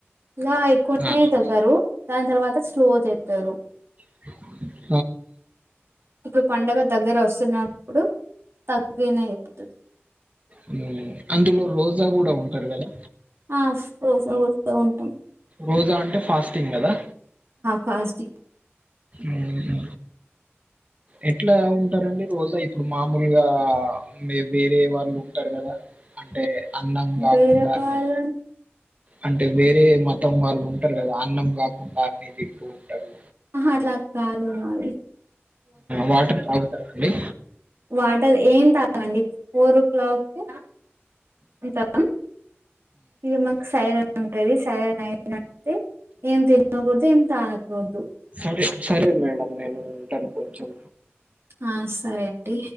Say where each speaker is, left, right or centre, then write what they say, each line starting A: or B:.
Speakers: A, on the right; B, on the right.
A: ఇలా ఎక్కువనే
B: ఆ!
A: చెప్తారు దాని తర్వాత స్లో చెప్తారు
B: ఉ హు
A: ఇప్పుడు పండగ దగ్గర వస్తున్న ఇప్పుడు తగ్గనే అయిపోతది
B: ఉ అందులో రోజా కూడా ఉంటారు కదా
A: ఆఫ్ రోజా క్లోజ ఉంటమ్
B: రోజా అంటే ఫాస్టింగ్ గదా
A: ఫాస్టిక్
B: ఉ హు
A: ఆ
B: ఎట్లా ఉంటారండి రోజా ఇప్పుడు మామూలుగా మీ బీ వేరే వాళ్ళుంటారు గదా అంటే అన్నం కాకుండా
A: వేరే వాళ్ళు
B: టీ
A: అంటే
B: అంటే వేరే మతం వాళ్ళు ఉంటారు కదా అన్నం కాకుండా అని తింటూ ఉంటారు
A: ఆహా అట్లా కాదు మవి
B: వాటర్ తాగుతారండి
A: వాటర్ ఏం తాగండి ఫోర్ ఓ క్లాక్ కీ ఉంటా అన్నం ఈ మాకు సైరన్ ఉంటది సైరన్ అయి అంటే ఏం తెలియకూడదు ఏం తానకూడదు
B: సరే సరే మేడం నేను ఉంటాను కొంచెం
A: ఆ సరే అండి